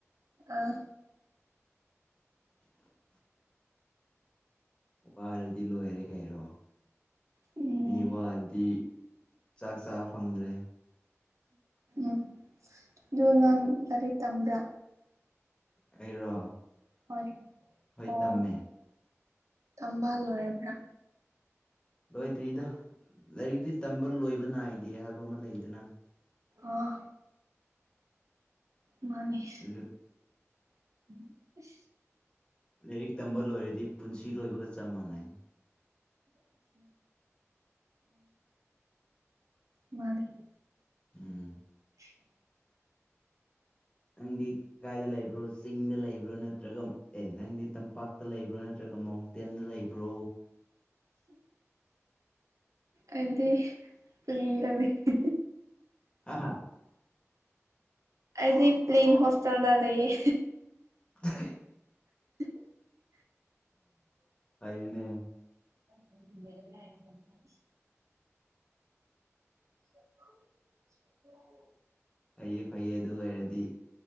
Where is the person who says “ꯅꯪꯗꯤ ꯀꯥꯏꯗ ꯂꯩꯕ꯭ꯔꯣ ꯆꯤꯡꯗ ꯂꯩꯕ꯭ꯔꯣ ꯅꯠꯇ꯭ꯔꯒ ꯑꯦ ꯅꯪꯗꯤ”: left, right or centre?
Left